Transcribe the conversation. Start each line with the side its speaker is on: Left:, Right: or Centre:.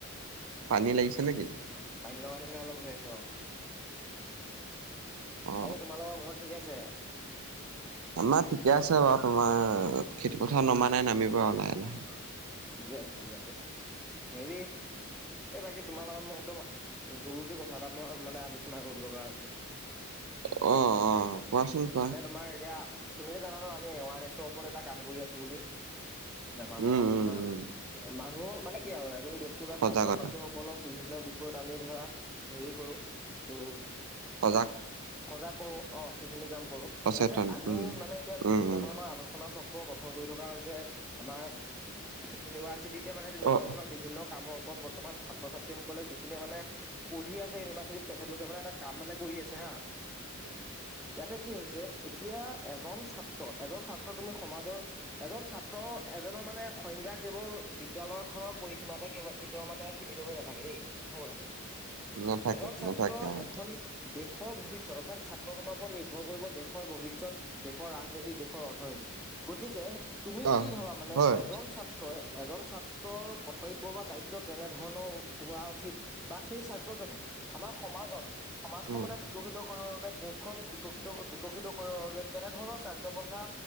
Right: পানী লাগিছে নেকি?
Centre: পানীলগা নিচিনা অলপ হৈ আছে অ'।
Right: অ
Centre: বাকী তোমালোকৰ ঘৰত ঠিকেই আছে?
Right: আমাৰ ঠিকে আছে বাৰু তোমাৰ খেতিপথাৰত নমা নাই নামিব আৰু লাহে, লাহে।
Centre: ঠিকে আছে, ঠিকে আছে হেৰি এই বাকী তোমাৰ লগত মই একদম জৰুৰী কথা এটা মই মানে আলোচনা কৰিব লগা আছে।
Right: অ', অ'। কোৱাচোন কোৱা
Centre: মানে তোমাৰ এতিয়া তুমিতো জানা ন আমি এৱাৰনেছৰ ওপৰত এটা কাম কৰি আছোঁ বুলি। মানুহক
Right: উম উম
Centre: তোমাৰ
Right: উম
Centre: মানুহ মানে কি আৰু এজন ব্যক্তি বা
Right: সজাগতা
Centre: ছাত্ৰ ছাত্ৰী হওঁক সকলক বিভিন্ন বিষয়ত আমি ধৰা হেৰি কৰোঁ ত'
Right: সজাগ
Centre: সজাগ কৰোঁ অ', সেইখিনি কাম কৰোঁ।
Right: সচেতন
Centre: তাকে আমি
Right: উম
Centre: মানে এতিয়া বিভিন্ন
Right: উম উম
Centre: ধৰণৰ আলোচনা চক ক্ৰ গঠন কৰি থকা হৈছে, আমাৰ ইউনিভাৰ্চিটিতে মানে তেনেকুৱা
Right: অ
Centre: ধৰণৰ বিভিন্ন কামৰ ওপৰত বৰ্তমান ছাত্ৰ ছাত্ৰীসকলে যিখিনিয়ে মানে পঢ়ি আছে ইউনিভাৰ্চিটিত তেখেতলোকে মানে এটা কাম মানে কৰি আছে হা'
Right: <inaudible>
Centre: ইয়াতে কি হৈছে এতিয়া এজন ছাত্ৰ এজন ছাত্ৰ তুমি সমাজৰ এজন ছাত্ৰ এজনৰ মানে সংজ্ঞা কেৱল বিদ্যয়ালয় খনৰ পৰিসীমাতে কেৱল কেতিয়াও মানে সীমিত হৈ নাথাকে দেই প্ৰথম কথাটো
Right: নাথাকে
Centre: এজন ছাত্ৰ
Right: নাথাকে অ
Centre: এখন দেশৰ ভৱিষ্যত অৰ্থাৎ ছাত্ৰজনৰ ওপৰত নি নিৰ্ভৰ কৰিব দেশৰ ভৱিষ্যত দেশৰ ৰাজনীতি দেশৰ অৰ্থনীতি গতিকে তুমি
Right: অ
Centre: কি ভাবা মানে
Right: হয়
Centre: এজন ছা টো এজন ছাত্ৰৰ কৰ্তব্য বা দায়িত্ব কেনে ধৰণৰ হোৱা উচিত বা সেই ছাত্ৰজনে আমাৰ সমাজত সমাজখন
Right: উম
Centre: মানে বিকশিত কৰিবৰ বাবে দেশখন বিকশিত বিকশিত কৰিবৰ বাবে কেনেধৰণৰ কাৰ্যপন্থা